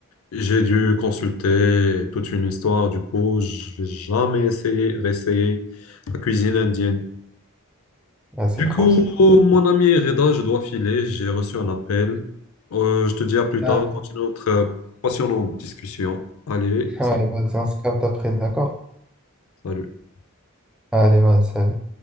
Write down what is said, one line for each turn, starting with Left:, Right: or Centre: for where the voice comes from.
Left: J'ai dû consulter toute une histoire. Du coup, je vais jamais essayer, réessayer la cuisine indienne.
Centre: Ouais, c'est
Left: Du
Centre: trop,
Left: coup,
Centre: c'est trop.
Left: mon ami Reda, je dois filer, j'ai reçu un appel. Euh, je te dis à plus
Centre: Ouais,
Left: tard, on continue notre euh, passionnante discussion. Allez,
Centre: ouais,
Left: salut,
Centre: vas-y, on se capte après, d'accord?
Left: salut.
Centre: Allez, vas-y, salut.